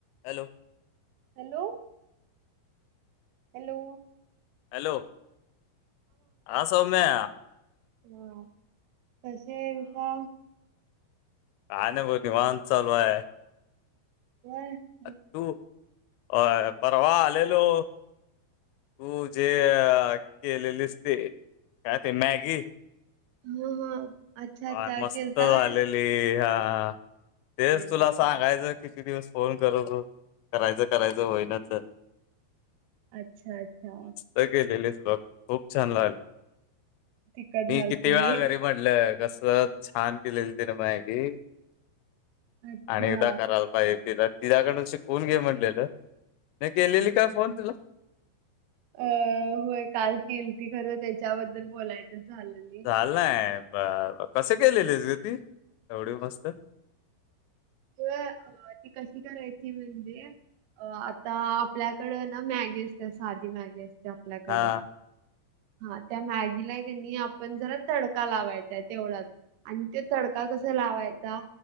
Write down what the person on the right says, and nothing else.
हॅलो हॅलो
ह तसे का
हम
ह हा अच्छा
अच्छा
खेलता
वै
वा
छान
अच्छा अच्छा
तिखट
झालती
अच्छा
अ होय काल किल ती खरं त्याच्याबद्दल बोलायचंच झालं नाही
ज अ ती कशी करायची म्हणजे अ आता आपल्याकडं ना मॅगी असते साधी मॅगी असते आपल्याकडं
हा त्या मॅगीला क नाही आपण जरा तडका लावायचाय तेवढाच आणि ते तडका कसा लावायचा